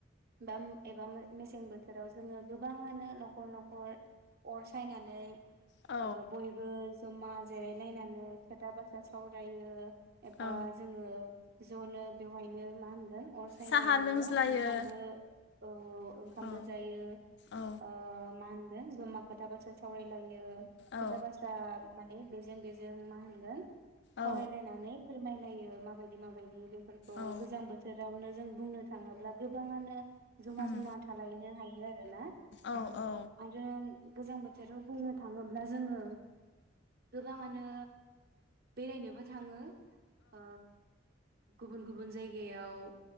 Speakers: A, on the right; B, on the left.
A: बा एबा मेसें बोथोराव जोङो गोबाङानो न'खर न'खर अर सायनानै
B: औ
A: ओ बयबो जमा जिरायलायनानै खोथा बाथ्रा सावरायो बा
B: औ
A: जोङो ज'नो बेवहायनो मा होनगोन। अर सायनायावनो
B: साहा लोंज्लायो
A: ओंखामबो औ औ ओंखामबो
B: औ
A: जायो
B: औ
A: ओ मा जमा खोथा बाथ्रा सावरायलायो खोथा
B: औ
A: बाथ्रा माने जों बेजों मा होनगोन। सावरायलायनानै
B: औ
A: खायलायो माबायदि माबायदि बे फोरखौ
B: औ
A: गोजां बोथोरावनो जों बुंनो थाङोब्ला गोबाङानो जमा
B: उम
A: जमा थालायनो हायो आरो ना
B: औ औ
A: आरो गोजां बोथोर बोथोराव बुंनो थाङोब्ला जोङो गोबाङानो बेरायनोबो थाङो। आ गुबुन गुबुन जायगायाव